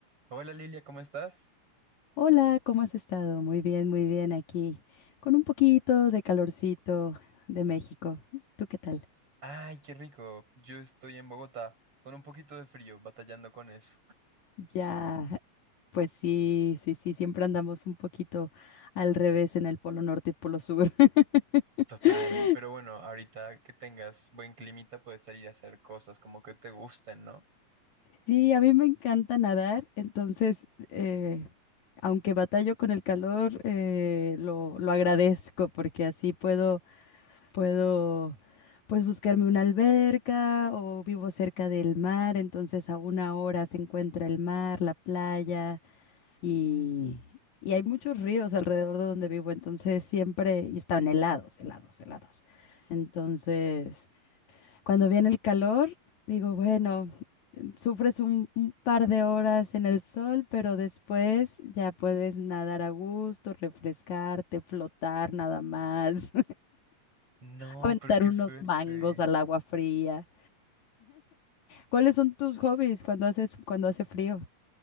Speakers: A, on the right (about 40°); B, on the left (about 60°).
A: Hola Lilia, ¿cómo estás?
B: Hola, ¿cómo has estado? Muy bien, muy bien aquí, con un poquito de calorcito de México. ¿Tú qué tal? <laughs>
A: Ay, qué rico. Yo estoy en Bogotá con un poquito de frío, batallando con eso.
B: Ya, pues sí, sí, sí, siempre andamos un poquito al revés en el polo norte y polo sur. <laughs>
A: Total, pero bueno, ahorita que tengas buen climita puedes salir a hacer cosas como que te gusten, ¿no?
B: Sí, a mí me encanta nadar, entonces, eh, aunque batallo con el calor, eh, lo, lo agradezco porque así puedo Puedo, pues, buscarme una alberca o vivo cerca del mar, entonces a una hora se encuentra el mar, la playa y, y hay muchos ríos alrededor de donde vivo, entonces siempre, y están helados, helados, helados. Entonces, cuando viene el calor, digo, bueno, sufres un, un par de horas en el sol, pero después ya puedes nadar a gusto, refrescarte, flotar nada más
A: No,
B: aventar
A: pero qué
B: unos
A: suerte.
B: mangos al agua fría. ¿Cuáles son tus hobbies cuando haces, cuando hace frío?